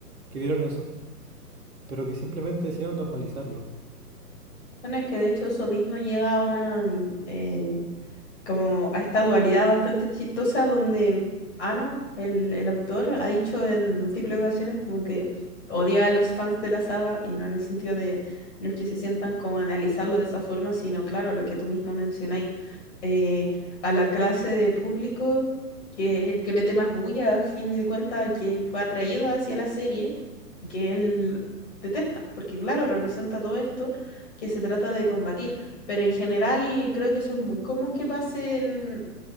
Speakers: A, on the right (about 60°); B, on the left (about 45°).
A: que vieron eso pero que simplemente decidieron normalizarlo.
B: Bueno, es que de hecho eso mismo llega a una, mm, eh, como a esta dualidad bastante chistosa donde Ano, el, el autor, ha dicho en múltiples ocasiones como que odia a los fans de la saga y no en el sentido de los que se sientan como a analizarlo de esa forma, sino claro, lo que tú mismo mencionáis, eh, a la clase de público que es el que mete más bulla, al fin y cuenta, que fue atraído hacia la serie y que él detesta, porque claro, representa todo esto que se trata de combatir. Pero en general creo que eso es muy común que pase en,